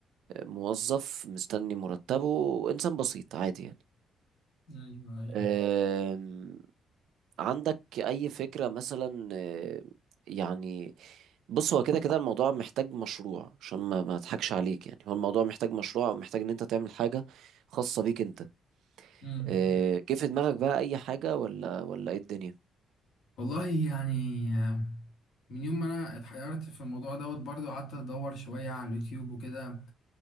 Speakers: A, on the right (about 80°); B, on the left (about 75°).
A: موظف مستني مرتبه وانسان بسيط عادي يعني
B: ايوه ايوه
A: أم، عندك اي فكرة مثلا أم، يعني بص هو كده كده الموضوع محتاج مشروع عشان ما ما اضحكش عليك يعني هو الموضوع محتاج مشروع او محتاج ان انت تعمل حاجة خاصة بيك انت
B: مم.
A: إيه، جه في دماغك بقى اي حاجة ولا ولا ايه الدنيا
B: والله يعني آه، من يوم ما انا اتحيرت في الموضوع دوت برضو قعدت ادور شوية على اليوتيوب وكده